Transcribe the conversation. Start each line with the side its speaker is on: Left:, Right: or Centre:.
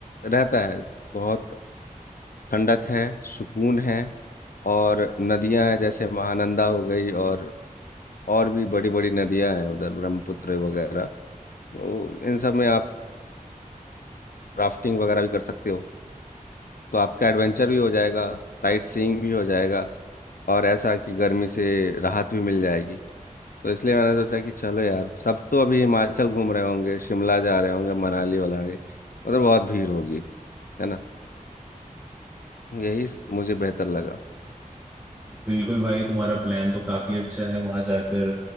Left: रहता है बहुत ठंडक है सुकून है और नदियाँ हैं जैसे महानंदा हो गई और और भी बड़ी बड़ी नदियाँ हैं उधर ब्रह्मपुत्र वगैरह तो इन सब में आप राफ्टिंग वगैरह भी कर सकते हो तो आपका एडवेंचर भी हो जाएगा साइट सीइंग भी हो जाएगा और ऐसा कि गर्मी से राहत भी मिल जाएगी तो इसलिए मैंने सोचा कि चलो यार सब तो अभी हिमाचल घूम रहे होंगे शिमला जा रहे होंगे मनाली वनाली मतलब बहुत भीड़ होगी है ना यही स- मुझे बेहतर लगा
Right: बिल्कुल भाई तुम्हारा प्लान तो काफी अच्छा है वहां जाकर